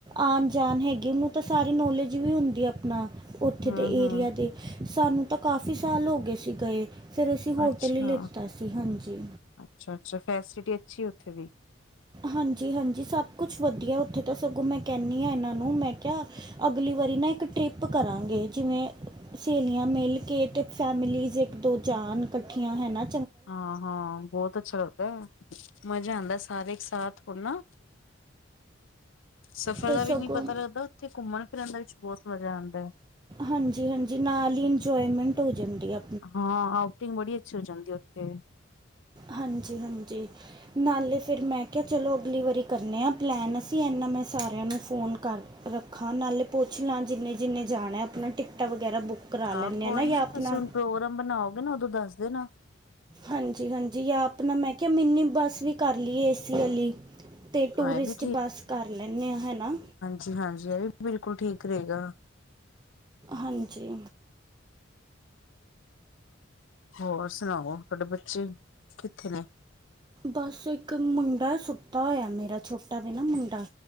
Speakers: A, on the right; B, on the left.
A: ਆਣ ਜਾਣ ਹੈਗੀ ਉਨੂੰ ਤਾਂ ਸਾਰੀ ਨੌਲੇਜ ਵੀ ਹੁੰਦੀ ਆਪਣਾ ਉੱਥੇ
B: ਹਮ
A: ਦੇ
B: ਹਮ
A: ਏਰੀਆ ਦੇ ਸਾਨੂੰ ਤਾਂ ਕਾਫੀ ਸਾਲ ਹੋ ਗਏ ਅਸੀਂ ਗਏ ਫਿਰ ਅਸੀਂ ਹੋਟ
B: ਅੱਛਾ
A: ਲਿੱਤਾ ਸੀ ਹਾਂਜੀ।
B: ਅੱਛਾ ਅੱਛਾ ਫੈਸਿਲਿਟੀ ਅੱਛੀ ਉੱਥੇ ਦੀ
A: ਹਾਂਜੀ-ਹਾਂਜੀ ਸਭ ਕੁਛ ਵਧੀਆ ਉੱਥੇ ਤਾਂ ਸਗੋਂ ਮੈਂ ਕੈਂਣੀ ਆਂ ਇਨਾਂ ਨੂੰ ਮੈਂ ਕਿਆ ਅਗਲੀ ਵਰੀ ਨਾ ਇੱਕ ਟਰਿਪ ਕਰਾਂਗੇ ਜਿਵੇਂ ਸਹੇਲੀਆਂ ਮਿਲ ਕੇ ਤੇ ਫੈਮਲੀਜ਼ ਇੱਕ ਦੋ ਜਾਨ ਕੱਠੀਆਂ ਹਨਾ।
B: ਹਾਂ-ਹਾਂ ਬੋਤ ਅੱਛਾ ਲਗਦਾ। ਮਜ਼ਾ ਆਂਦਾ ਸਾਰੇ ਇੱਕ ਸਾਥ ਹੋਨ ਨਾ। ਸਫ਼ਰ
A: ਤੇ
B: ਦਾ
A: ਸਗੋਂ
B: ਵੀ ਨਈ ਪਤਾ ਲੱਗਦਾ ਉੱਥੇ ਘੁੰਮਣ ਫਿਰਨ ਦਾ ਵਿੱਚ ਬੋਤ ਮਜ਼ਾ ਆਂਦਾ ਐ।
A: ਹਾਂਜੀ-ਹਾਂਜੀ ਨਾਲ ਈ ਇੰਜੋਏਮੈਂਟ ਹੋ ਜਾਂਦੀ ਐ।
B: ਹਾਂ ਆਊਟਿੰਗ ਬੜੀ ਅੱਛੀ ਹੋ ਜਾਂਦੀ ਉੱਤੇ
A: ਹਾਂਜੀ-ਹਾਂਜੀ ਨਾਲੇ ਫਿਰ ਮੈਂ ਕਿਆ ਚਲੋ ਅਗਲੀ ਵਾਰੀ ਕਰਨੇ ਹਾਂ ਪਲੈਨ ਅਸੀਂ ਇੰਨਾ ਮੈਂ ਸਾਰਿਆਂ ਨੂੰ ਫੋਨ ਕਰ ਰੱਖਾਂ ਨਾਲੇ ਪੁੱਛ ਲਾਂ ਜਿੰਨੇ-ਜਿੰਨੇ ਜਾਣਾ ਆਪਣਾ ਟਿਕਟਾਂ ਵਗੈਰਾ ਬੁੱਕ ਕਰਾ
B: ਹਾਂ
A: ਲੈਂਦੇ
B: ਕੋਈ
A: ਨਾ ਜਾਂ
B: ਨੀ ਤੁਸੀਂ
A: ਆਪਣਾ
B: ਹੁਣ ਪ੍ਰੋਗਰਾਮ ਬਣਾਓਗੇ ਨਾ ਉਦੋਂ ਦੱਸਦੇ ਨਾ।
A: ਹਾਂਜੀ-ਹਾਂਜੀ ਜਾਂ ਆਪਾ ਨ ਮੈਂ ਕਿਆ ਮਿੰਨੀ ਬੱਸ ਵੀ ਕਰ ਲਈਏ ਏਸੀ ਅਲੀ ਤੇ ਟੂਰਿਸਟ
B: ਹਾਂ ਇਹ ਵੀ
A: ਬਸ ਕਰ ਲੈਂਣੇ ਆਂ ਹਨਾ।
B: ਜੀ ਹਾਂਜੀ ਏ ਵੀ ਬਿਲਕੁਲ ਠੀਕ ਰਏਗਾ।
A: ਹਾਂਜੀ
B: ਹੋਰ ਸੁਣਾਓ ਤੁਹਾਡੇ ਬੱਚੇ ਕਿੱਥੇ ਨੇ।
A: ਬਸ ਇੱਕ ਮੁੰਡਾ ਸੁੱਤਾ ਹੋਇਆ ਮੇਰਾ ਛੋਟਾ ਵੀ ਨਾ ਮੁੰਡਾ